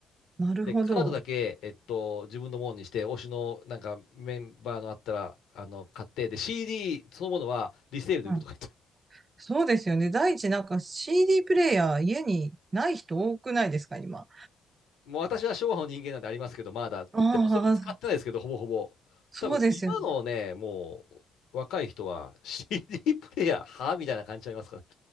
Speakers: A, on the right (about 35°); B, on the left (about 80°).
A: なるほど。
B: で、カードだけ、えっと、自分のものにして、推しのなんかメンバーのあったら、あの、買って、で、CD そのものはリセールで売るとか
A: うん、そうですよね。第一、なんか CD プレイヤー家にない人多くないですか、今。
B: もう私は昭和の人間なんでありますけど、まだ。でもそれも使ってないですけど、
A: あ
B: ほぼほぼ。
A: そうですよね。
B: 多分今のね、もう若い人は CD プレイヤー、はみたいな感じちゃいますからね。